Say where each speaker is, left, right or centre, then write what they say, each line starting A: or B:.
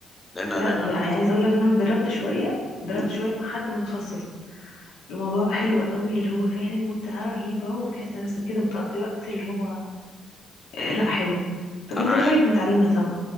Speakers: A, on the left (about 15°); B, on the left (about 85°).
A: لأن
B: لا
A: لأن
B: ب-
A: أنا
B: عايز اقول لك ان انا اتدربت شوية اتدربت
A: مم.
B: شوية مع حد متخصص الموضوع حلو قوي اللي هو فعلا متعة رهيبة وتحس نفسك كده بتقضي وقت اللي هو آه، لا حلو طب
A: أنا
B: انت
A: عارف
B: ايه رأيك نتعلمها سوا